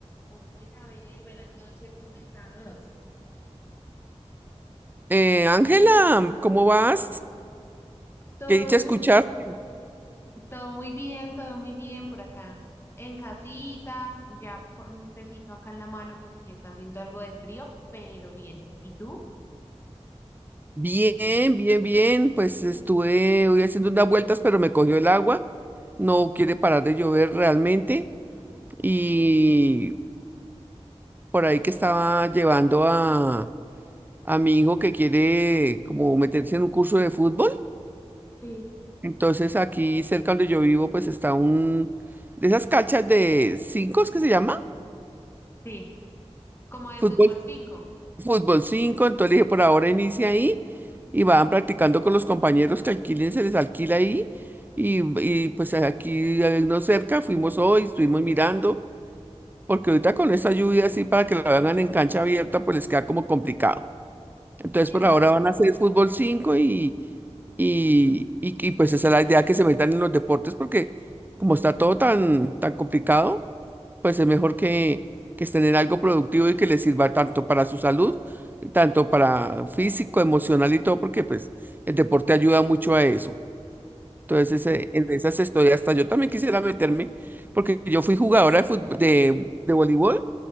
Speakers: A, on the left (about 20°); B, on the right (about 15°).
A: Hola Isabel, buenas noches, ¿cómo estás?
B: Eh, Ángela, ¿cómo vas?
A: Todo
B: Qué dicha escucharte.
A: muy, todo muy bien, todo muy bien por acá en casita, ya con un tecito acá en la mano porque está haciendo algo de frío, pero bien. ¿Y y tú?
B: Bien, bien, bien. Pues estuve hoy haciendo unas vueltas, pero me cogió el agua. No quiere parar de llover realmente. Y por ahí que estaba llevando a, a mi hijo que quiere como meterse en un curso de fútbol.
A: Sí.
B: Entonces aquí cerca donde yo vivo, pues está un de esas cachas de cinco, ¿es que se llama?
A: Sí, como de
B: Fútbol
A: fútbol 5.
B: Fútbol cinco entonces le dije, por ahora inicia ahí y van practicando con los compañeros que alquilen, se les alquila ahí. Y, y, pues aquí eh, no cerca, fuimos hoy, estuvimos mirando, porque ahorita con esta lluvia así para que la hagan en cancha abierta, pues les queda como complicado. Entonces
A: Sí,
B: por
A: la
B: ahora
A: verdad.
B: van a hacer fútbol cinco y y, y, y, pues esa es la idea que se metan en los deportes porque como está todo tan, tan complicado, pues es mejor que, que estén en algo productivo y que les sirva tanto para su salud, tanto para físico, emocional y todo, porque pues el deporte ayuda mucho a eso. Entonces, ese- en esas estoy hasta yo también quisiera meterme, porque yo fui jugadora de, fut- de, de voleibol.